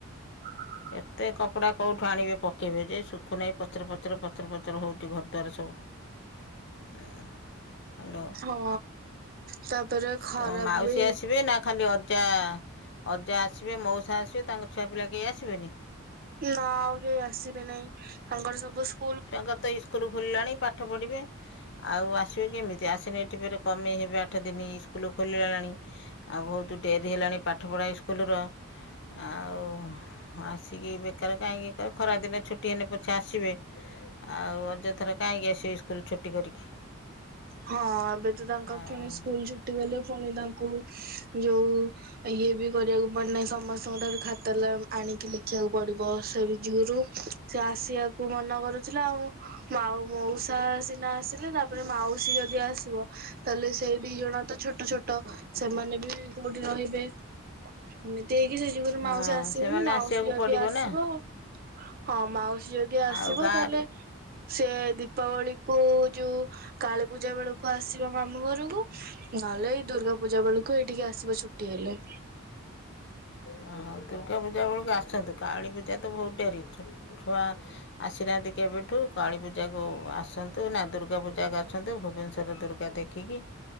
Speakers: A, on the right; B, on the left.
A: ହଁ
B: କେତେ କପଡ଼ା କୋଉଠୁ ଆଣିବେ ପକେଇବେ ଯେ, ଶୁଖୁ ନାହିଁ ପଚର, ପଚର, ପଚର, ପଚର ହଉଛି ଘରଦ୍ୱାର ସବୁ। ଉଁ ହ୍ୟାଲୋ।
A: ହଁ, ତାପରେ ଖରାପ
B: ତମ ମାଉସୀ
A: ବି
B: ଆସିବେ ନା ଖାଲି ଅଜା, ଅଜା ଆସିବେ, ମଉସା ଆସିବେ, ତାଙ୍କ ଛୁଆ ପିଲା କେହି ଆସିବେନି?
A: ନା ଆଉ କେହି ଆସିବେନେଇ। ତାଙ୍କର ସବୁ ସ୍କୁ
B: ତାଙ୍କର ତ ଇସ୍କୁଲ ଖୋଲିଲାଣି ପାଠ ପଢ଼ିବେ ଆଉ ଆସିବେ କେମିତି? ଆସିନେ ଇଠି ଫେର କମେଇ ହେବେ ଆଠ ଦିନ ସ୍କୁଲ ଖୋଲିଲାଲାଣି ଆଉ ବହୁତୁ ଡେରି ହେଲାଣି ପାଠପଢ଼ା ଇସ୍କୁଲୁର। ଆଉ ଆସିକି ବେକାର କାହିଁକି, ଏ ଖରାଦିନେ ଛୁଟି ହେଲେ ପଛେ ଆସିବେ। ଆଉ ଅଯଥାର କାହିଁକି ଆସିବେ, ଇସ୍କୁଲ ଛୁଟି କରିକି।
A: ହଁ, ଏବେ ତ ତାଙ୍କ
B: ଆଉ
A: ଫୁଣି ସ୍କୁଲ ଛୁଟି କଲେ ଫୁଣି ତାଙ୍କୁ ଯୋଉ ଇଏ ବି କରିବାକୁ ପଡେନାହିଁ। ସମସ୍ତଙ୍କଠାରୁ ଖାତା ଲ ଆଣିକି ଲେଖିବାକୁ ପଡ଼ିବ, ସେଇବି ଯୁଗୁରୁ ସେ ଆସିଆକୁ କୁ ମନ କରୁଥିଲା ଆଉ। ମାଉ ମଉସା ସିନା ଆସିଲେ ତାପରେ ମାଉ ସୀ ଯଦି ଆସିବ, ତାହେଲେ ସେଇ ଦି ଜଣ ତ ଛୋଟ ଛୋଟ ଟ, ସେମାନେ ବି କୋଉଠି ରହିବେ? ଏମତି ହେଇକି, ସେଇ ଯୁଗୁରୁ
B: ହଁ
A: ମାଉସୀ ଆସିବନି।
B: ସେମାନେ
A: ମାଉସୀ
B: ଆସିବାକୁ
A: ଯଦି
B: ପଡ଼ିବ
A: ଆସିବ
B: ନା
A: ହଁ, ମାଉସୀ ଯଦି ଆସିବ,
B: ଆଉ ଗାଁରୁ
A: ତାହେଲେ ସେ ଦୀପାବଳିକୁ ଯୋଉ କାଳୀ ପୂଜା ବେଳକୁ ଆସିବା ମାମୁଁଘରକୁ ନହେଲେ ଏଇ ଦୁର୍ଗା ପୂଜା ବେଳକୁ ଏଇଠିକି ଆସିବ ଛୁଟି ହେଲେ।
B: ହଁ, ଦୁର୍ଗା ପୂଜା ବେଳକୁ ଆସନ୍ତୁ, କାଳୀ ପୂଜା ତ ବହୁତ ଡେରି। ଛୁଆ ଆସିନାହାଁନ୍ତି କେବେଠୁ, କାଳୀ ପୂଜାକୁ ଆସନ୍ତୁ ନା ଦୁର୍ଗା ପୂଜାକୁ ଆସନ୍ତୁ, ଭୁବନେଶ୍ଵରରେ ଦୁର୍ଗ ର୍ଗା ଦେଖିକି